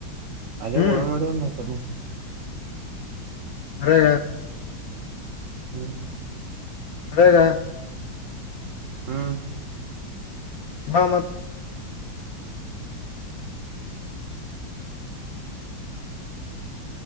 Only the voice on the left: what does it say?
ಹ್ಮ್
ಅರೆ
ಅಗ
ಹಾ ಮತ್